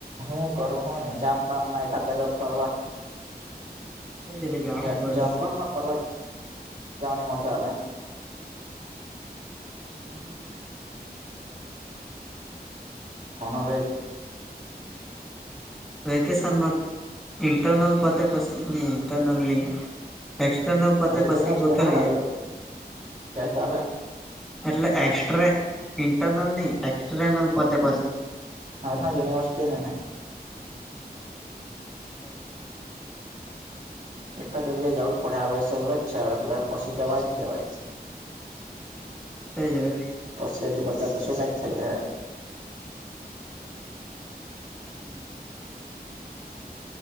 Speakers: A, on the right (about 50°); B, in the centre.
A: હું કરું, હું ની. જામ-બામ માં એકાદ જગ્યાએ ફરવા.
B: તેજ રે જાવું
A: જ
B: પડે
A: જંગલ માં ફરવા જવાની મજા આવે.
B: જંગ
A: પણ હવે,
B: વેકેશનમાં. ઇન્ટરનલ પતે પછી. ની ઇન્ટરનલની એક્સટર્નલ પતે પછી
A: તો યુનિવર્સિટી
B: ગોઠવીએ.
A: તરત આવી જાય ત્યાં ચાલે
B: એટલે એક્સ ર્ટઇન્ટરનલ નહી એક્સટરર્નલ પોતે પછી
A: હા હા યુનીવર્નેસ્તી ને
B: હા.
A: એક જગ્યાએ જાવું જ પડે આવે છે લસા એટલે પછી જવાય નહી જવાય
B: તેજ રે.
A: પછી જે મજા કસુ નથી થયુ એ.
B: હમ.
A: <unintelligible>